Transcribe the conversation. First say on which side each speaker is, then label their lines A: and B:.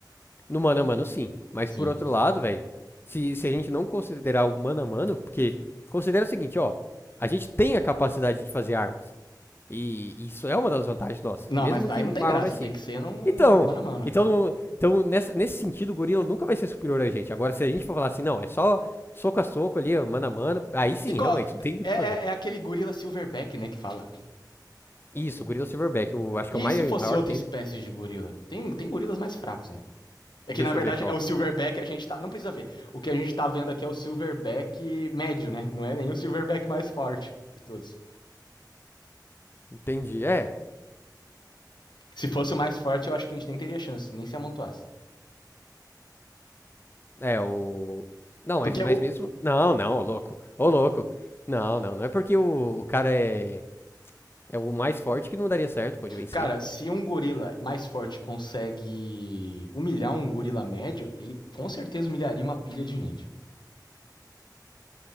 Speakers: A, on the left (about 30°); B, on the left (about 80°).
A: No mano a mano, sim. Mas
B: Sim.
A: por outro lado, velho, se, se a gente não considerar o mano a mano, porque considera o seguinte, ó, a gente tem a capacidade de fazer armas. E isso é uma das vantagens nossas,
B: Não,
A: mesmo
B: mas
A: que
B: aí
A: uma
B: não tem graça,
A: arma mais simples.
B: tem que ser no,
A: Então,
B: no mano a mano.
A: então, no- então nessa- nesse sentido, o gorila nunca vai ser superior a gente. Agora, se a gente for falar assim, não, é só soco a soco ali, ó, mano a mano, aí sim,
B: E qual,
A: realmente, não tem muito
B: é,
A: o
B: é,
A: que fazer.
B: é aquele gorila silverback, né, que fala.
A: Isso, o gorila silverback, eu acho
B: E
A: que é o mai-
B: se fosse
A: maior
B: outra
A: que tem,
B: espécie
A: né?
B: de gorila? Tem, tem gorilas mais fracos, né? É
A: Deixa
B: que na verdade
A: eu ver aqui, ó.
B: é o silverback a gente tá. Não precisa ver. O que a gente tá vendo aqui é o silverback médio, né? Não é nenhum silverback mais forte de todos.
A: Entendi. É,
B: Se fosse o mais forte, eu acho que a gente nem teria chance, nem se amontoasse.
A: É, o. Não, mas,
B: Porque
A: mas
B: o,
A: mesmo. Não, não, ô louco. Ô louco. Não, não, não é porque o, o cara é, é o mais forte que não daria certo, pode vencer.
B: Cara, se um gorila mais forte consegue humilhar um gorila médio, ele com certeza humilharia uma pilha de gente.